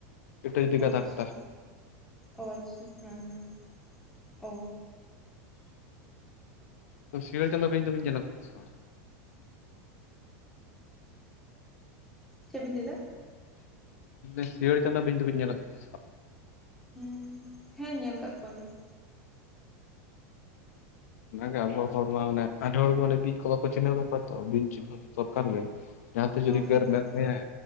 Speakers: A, on the left (about 80°); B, in the centre.
A: ᱤᱴᱟᱹ ᱡᱩᱫᱤ
B: ᱚ
A: ᱜᱟᱫᱟ
B: ᱟᱪᱪᱷᱟ
A: ᱛ <inaudible> ᱠᱚ
B: ᱚ ᱟᱪᱪᱷᱟ ᱦᱮᱸ ᱦᱮᱸ ᱚ
A: ᱛᱚ ᱥᱤᱜᱟᱸᱲ ᱪᱟᱸᱫᱚ ᱵᱤᱧ ᱫᱚ ᱵᱤᱱ ᱧᱮᱞ ᱟᱠᱟᱫ ᱠᱚᱣᱟ ᱥᱮ ᱵᱟᱝ
B: ᱪᱮᱫ ᱵᱤᱱ ᱞᱟᱹᱭ ᱫᱟ᱾
A: ᱤ ᱥᱮᱭᱟᱲ ᱪᱟᱱᱫᱟ ᱵᱤᱱ ᱫᱚ ᱵᱤᱱ ᱧᱮᱞ <inaudible>
B: <inaudible> ᱦᱮᱸ ᱧᱮᱞ ᱟᱠᱟᱫ ᱠᱚᱣᱟ ᱞᱤᱧ
A: ᱚᱱᱟᱜᱮ ᱟᱵᱚᱣᱟᱜ ᱦᱚᱲ ᱢᱟᱟᱱᱮ ᱟᱹᱰᱤ ᱦᱚᱲ ᱜᱮ ᱵᱤᱧ ᱠᱚ ᱵᱟᱠᱚ ᱪᱤᱱᱦᱟᱹᱣ ᱠᱟᱠᱚᱣᱟ ᱛᱚ ᱵᱤᱧ ᱪᱤᱱᱦᱟᱹ ᱫᱚ ᱫᱚᱨᱠᱟᱨ ᱜᱮ᱾ ᱡᱟᱦᱟᱸ ᱛᱤᱥ ᱡᱩᱫᱤ
B: ᱚ ᱦᱮᱸ
A: ᱜᱮᱨ ᱢᱮᱨ
B: ᱦᱮᱸ
A: ᱢᱮᱭᱟᱭ